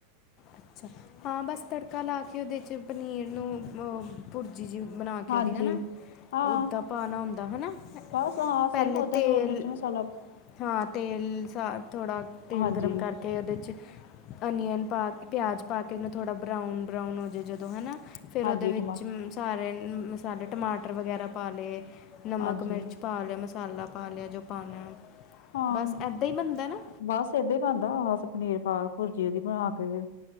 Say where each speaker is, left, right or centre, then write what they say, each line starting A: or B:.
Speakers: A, on the left; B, on the left.
A: ਅੱਛਾ ਹਾਂ ਬਸ ਤੜਕਾ ਲਾ ਕੇ ਉਹਦੇ 'ਚ ਪਨੀਰ ਨੂੰ ਭੁਰਜੀ ਜਿ ਬਣਾ
B: ਹਾਂਜੀ
A: ਕੇ ਉਹਦੀ ਹੈਨਾ।
B: ਹਾਂ
A: ਉਹਦਾ ਪਾਉਣਾ ਹੁੰਦਾ ਹੈਨਾ
B: ਬਸ ਹਾਂ
A: ਪਹਿਲੇੇ
B: ਸੇਮ ਓਦਾਂ
A: ਤੇਲ
B: ਲੂਣ ਮਿਰਚ ਮਸਾਲਾ
A: ਹਾਂ ਤੇਲ ਸਾ ਥੋੜਾ ਤੇਲ
B: ਹਾਂਜੀ
A: ਗਰਮ ਕਰਕੇ ਤੇ ਉਹਦੇ 'ਚ ਓਨੀਅਨ ਪਾ ਕੇ, ਪਿਆਜ ਪਾ ਕੇ ਨਾ ਥੋੜਾ ਬਰਾਊਨ- ਬਰਾਊਨ ਹੋ ਜਾ ਜਦੋਂ ਹਨਾ ਫੇਰ
B: ਹਾਂਜੀ
A: ਉਹਦੇ
B: ਟਮਾ
A: ਵਿੱਚ ਸਾਰੇ ਮਸਾਲੇ ਟਮਾਟਰ ਵਗੈਰਾ ਪਾ ਲਏ, ਨਮਕ
B: ਹਾਂਜੀ
A: ਮਿਰਚ ਪਾ ਲਿਆ, ਮਸਾਲਾ ਪਾ ਲਿਆ, ਜੋ ਪਾਉਣਾ।
B: ਹਾਂ
A: ਬਸ ਇੱਦਾਂ ਹੀ ਬਣਦਾ ਨਾ
B: ਬਸ ਏਦੇ ਬਣਦਾ ਪਨੀਰ ਪਾ ਭੁਰਜੀ ਉਹਦੀ ਬਣਾ ਕੇ ਫ